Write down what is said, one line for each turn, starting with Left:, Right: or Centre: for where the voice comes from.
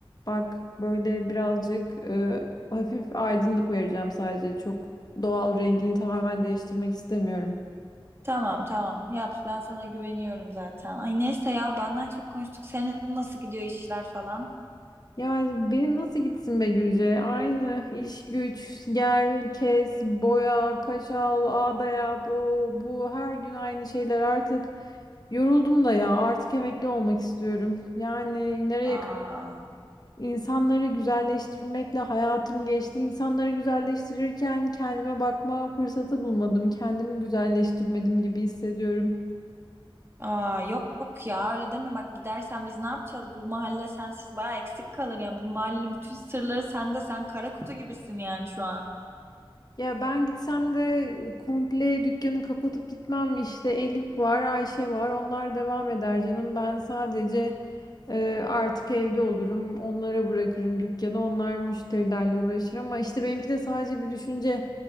Left: Bak böyle birazcık e, hafif aydınlık vereceğim sadece. Çok doğal rengini tamamen değiştirmek istemiyorum.
Right: Tamam tamam yap ben sana güveniyorum zaten. Ay neyse ya benden çok konuştuk. Senin nasıl gidiyor işler falan?
Left: Yani benim nasıl gitsin be Gülce? Aynı iş güç, gel, kes, boya, kaşal, ağda yap, o, bu her gün aynı şeyler artık. Yoruldum da ya artık emekli olmak istiyorum. Yani nereye
Right: Aa.
Left: İnsanları güzelleştirmekle hayatım geçti. İnsanları güzelleştirirken kendime bakma fırsatı bulmadım. Kendimi güzelleştirmedim gibi hissediyorum.
Right: Aa, yok ya öyle deme bak gidersen biz ne yapacağız? Bu mahalle sensiz baya eksik kalır yani bu mahallenin bütün sırları sende sen kara kutu gibisin yani şu an.
Left: Ya ben gitsem de komple dükkanı kapatıp gitmem. İşte Elif var, Ayşe var. Onlar devam eder canım. Ben sadece Ee, artık evde olurum. Onlara bırakırım dükkanı. Onlar müşterilerle uğraşır ama işte benimki de sadece bir düşünce.